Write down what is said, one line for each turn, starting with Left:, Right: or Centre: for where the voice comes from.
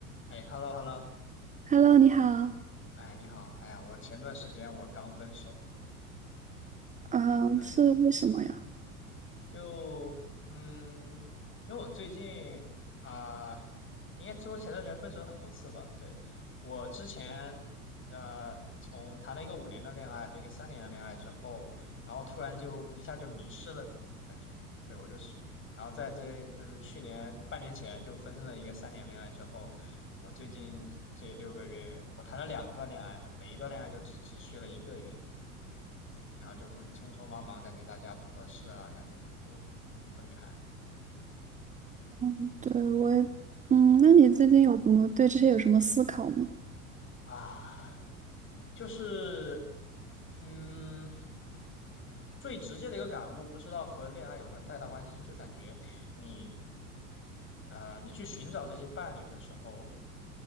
Left: 哎，hello hello，
Right: Hello，你好，
Left: 哎，你好，哎呀，我前段时间我刚分手，
Right: 嗯，
Left: 嗯，
Right: 是为什么呀？
Left: 就嗯，因为我最近啊、应该说前段时间分手很多次吧。对，我之前呃，从谈了一个五年的恋爱和一个三年的恋爱之后，然后突然就一下就迷失了自己，感觉对我就是，然后在这就是去年半年前就分了一个三年恋爱之后，我最近这六个月我谈了两段恋爱了，每一段恋爱就只只续了一个月。然后就很匆匆忙忙，感觉大家不合适啊，干什么的就分开
Right: 嗯，对，我也，嗯，那你最近有怎么对这些有什么思考吗？
Left: 啊，就是嗯，最直接的一个感悟，不知道和恋爱有没有太大关系，就是感觉你呃，你去寻找这些伴侣的时候，